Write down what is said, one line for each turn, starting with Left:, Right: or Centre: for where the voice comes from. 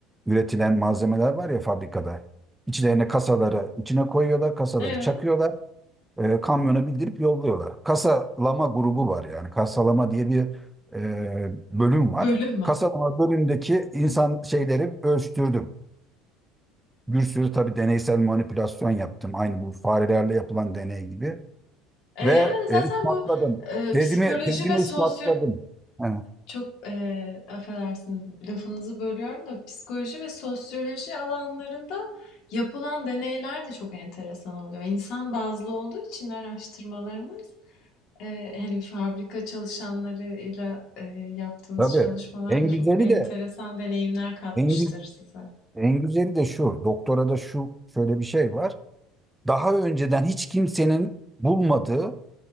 Centre: üretilen malzemeler var ya fabrikada. İçlerine kasaları içine koyuyorlar kasaları
Left: Evet,
Centre: çakıyorlar e, kamyona bildirip yolluyorlar. Kasalama grubu var yani kasalama diye bir e, bölüm var.
Left: bölüm var.
Centre: Kasalama bölümündeki insan şeyleri ölçtürdüm. Bir sürü tabii deneysel manipülasyon yaptım. Aynı bu farelerle yapılan deney gibi.
Left: E,
Centre: Ve
Left: yani zaten
Centre: e, ispatladım.
Left: bu e,
Centre: Tezimi,
Left: psikoloji
Centre: tezimi
Left: ve sosyo
Centre: ispatladım. Ha,
Left: Çok, eee, affedersiniz, lafınızı bölüyorum da psikoloji ve sosyoloji alanlarında yapılan deneyler de çok enteresan oluyor. İnsan bazlı olduğu için araştırmalarınız, eee, hani, fabrika çalışanlarıyla, eee, yaptığınız
Centre: tabii.
Left: çalışmalar
Centre: En
Left: da çok
Centre: güzeli
Left: enteresan
Centre: de
Left: deneyimler katmıştır
Centre: en, gü-
Left: size.
Centre: en güzeli de şu. Doktorada şu şöyle bir şey var. Daha önceden hiç kimsenin bulmadığı,